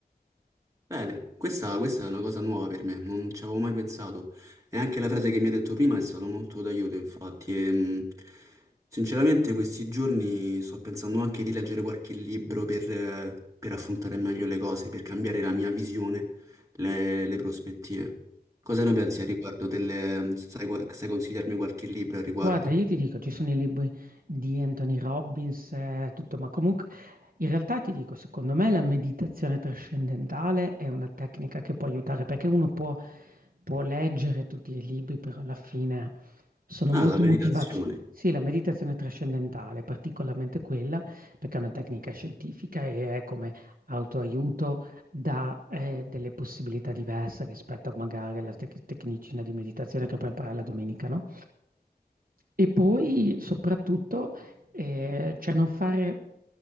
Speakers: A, on the right; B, on the right.
A: Bene, questa, questa è una cosa nuova per me, non ci avevo mai pensato. E anche la frase che mi hai detto prima è stata molto d'aiuto, infatti. E, mh, sinceramente, questi giorni sto pensando anche di leggere qualche libro per, eh, per affrontare meglio le cose, per cambiare la mia visione, le, le prospettive. Cosa ne pensi a riguardo delle... Sai, qua- sai consigliarmi qualche libro a riguardo?
B: Guarda, io ti dico, ci sono i libri di Anthony Robbins, eh, tutto, ma comunque in realtà ti dico, secondo me la meditazione trascendentale è una tecnica che può aiutare perché uno può, può leggere tutti i libri, però alla fine sono
A: Ah,
B: molte
A: la meditazione,
B: motivazioni. Sì, la meditazione trascendentale, particolarmente quella, perché è una tecnica scientifica e è come autoaiuto dà eh, delle possibilità diverse rispetto magari alla tec- tecnicina di meditazione che puoi imparare la domenica, no? E poi soprattutto, eh, cioè non fare